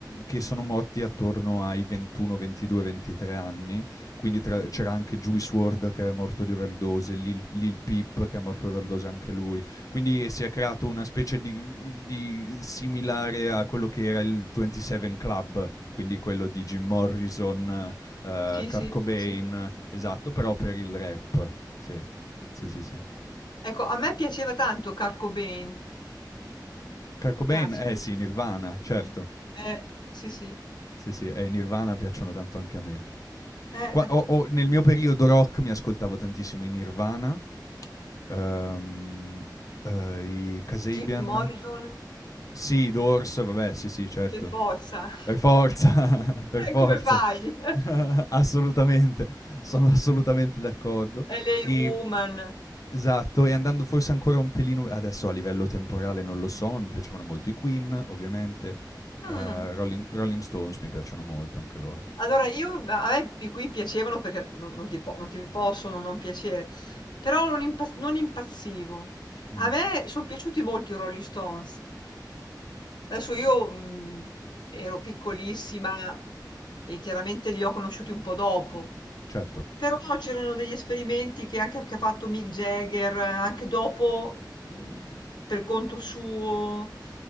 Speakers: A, on the left (about 50°); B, on the left (about 70°).
A: che sono morti attorno ai 21, 22, 23 anni. Quindi tra- c'era anche Juice WRLD che è morto di overdose, Lil, Lil Peep che è morto di overdose anche lui. Quindi si è creato una specie di, di similare a quello che era il 27 Club, quindi quello di Jim Morrison, eh,
B: Sì,
A: Kurt
B: sì,
A: Cobain,
B: sì, sì.
A: esatto, però per il rap. Sì, sì, sì. sì.
B: Ecco, a me piaceva tanto Kurt Cobain.
A: Kurt Cobain,
B: Piace,
A: eh
B: mi
A: sì,
B: piace.
A: Nirvana, certo.
B: Mh. Eh, sì, sì.
A: Sì, sì, e i Nirvana piacciono tanto anche a me.
B: Eh,
A: Qua-
B: eh.
A: o- o nel mio periodo rock mi ascoltavo tantissimo i Nirvana, ehm, eh, i Kasabian,
B: Jim Morrison
A: sì, i Doors, vabbè, sì, sì, certo.
B: per forza. <laughs>
A: Per forza, <laughs> per
B: Eh,
A: forza.
B: come fai?
A: <laughs> Assolutamente, sono assolutamente d'accordo.
B: <laughs> LA
A: Ehm,
B: Woman.
A: esatto, e andando forse ancora un pelino adesso a livello temporale non lo so, ma mi piacevano molto i Queen, ovviamente,
B: Mh.
A: ehm, Rolling Rolling Stones mi piacciono molto anche loro.
B: Allora io ma a me i Queen piacevano perché non non ti po non ti possono non piacere, però non impa non impazzivo.
A: Mh,
B: A me son piaciuti molto i Rolling Stones. Adesso io, mhmm, ero piccolissima e chiaramente li ho conosciuti un po' dopo.
A: certo.
B: Però c'erano degli esperimenti che anche che ha fatto Mick Jagger, eh, anche dopo, mhmm, per conto suo.